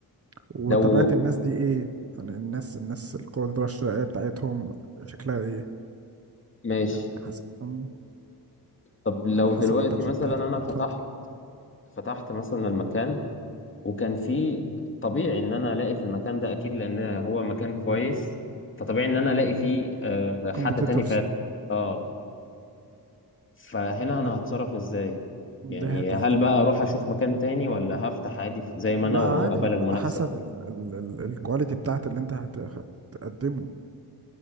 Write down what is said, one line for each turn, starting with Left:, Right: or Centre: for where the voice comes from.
Right: وطبيعه
Left: لو
Right: الناس دي ايه يعني الناس الناس القدره الشرائيه بتاعتهم شكلها ايه
Left: ماشي
Right: يعني حسب مم.
Left: طب لو
Right: على حسب
Left: دلوقتي
Right: البادجت
Left: مثلا
Right: بتاعتك
Left: أنا
Right: لو اتفضل
Left: فتحت فتحت مثلا المكان وكان فيه طبيعي إن أنا ألاقي في المكان ده أكيد لأن هو مكان كويس فطبيعي إن أنا ألاقي فيه آه حد
Right: كومبيتيتورز
Left: تاني فاتح آه فهنا
Right: ما
Left: أنا هتصرف إزاي؟ يعني
Right: ده تحت
Left: هل بقى أروح أشوف مكان تاني ولا هفتح عادي زي ما
Right: لا
Left: أنا وأقبل
Right: عادي على
Left: المنافسة؟
Right: حسب ال- ال- ال- الكواليتي بتاعت اللي انت هت- هتقدمه